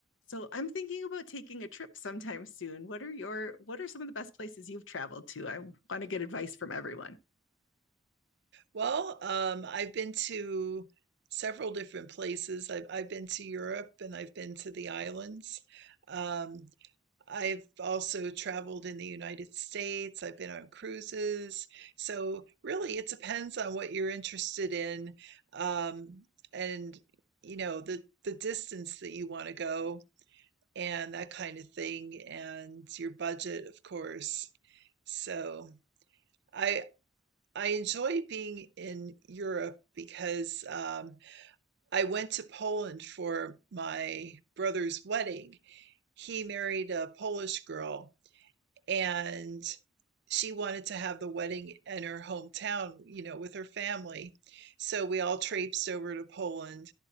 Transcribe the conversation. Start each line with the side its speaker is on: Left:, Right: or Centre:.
Left: So I'm thinking about taking a trip sometime soon. What are your what are some of the best places you've traveled to? I want to get advice from everyone.
Right: Well, um, I've been to several different places. I've I've been to Europe and I've been to the islands. Um, I've also traveled in the United States. I've been on cruises. So really, it depends on what you're interested in, um, and you know the the distance that you want to go and that kind of thing, and your budget, of course. So. I I enjoy being in Europe because um, I went to Poland for my brother's wedding. He married a Polish girl and she wanted to have the wedding in her hometown, you know, with her family. So we all traipsed over to Poland